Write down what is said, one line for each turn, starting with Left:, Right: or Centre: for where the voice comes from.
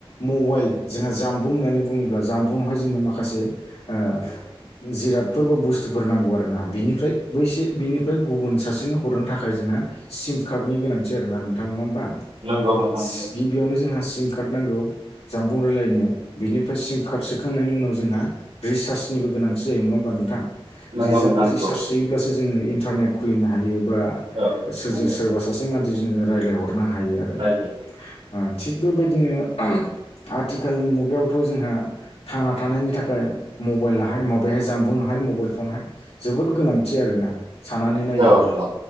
Left: मबाइल जोंहा जानबुं होननानै बुङोब जानबुंङावाय जोंनो माखा- माखासे ओ जिरादफोर बा बुस्थुफोर नांगौ आरो ना बिनिफ्राय बैसे बिनिफ्राय गुबुन सासेनो हरनो थाखाय जों- नो सिमकार्डनि गोनांथि आरोना नोंथां नङाहोमबा
Right: नंगौ नोंथां
Left: सि
Right: नंगौ
Left: गिबियावनो जोंहा सिमकार्ड नांगौ जामबुं रायलायनो बिनिफ्राय सिम कार्ड सोखांनायनि उनाव जोंहा रिसार्चनिबो गोनांथि जायो नङा होमबा नोंथां
Right: नंगौ
Left: रिसा
Right: नोंथां नंगौ
Left: रिसार्स सोयोब्लासो जोङो इन्टारनेट खुलिनो हायो बा
Right: औ
Left: सोरजों
Right: नंगौ
Left: सोरबा सासे मानसिजों रायलायहर- नो हायो आरोना
Right: गाज्रि
Left: ओ थिग बेबायदिनो आथिखालनि मुगायावथ' जोंहा थांना- थानायनि थाखाय मबाइलाहाय माबाहाय जामबुंहाय मबाइल फनाहाय जोबोद गोनांथि आरोना साननानै नायोब्ला
Right: जालांगौ औ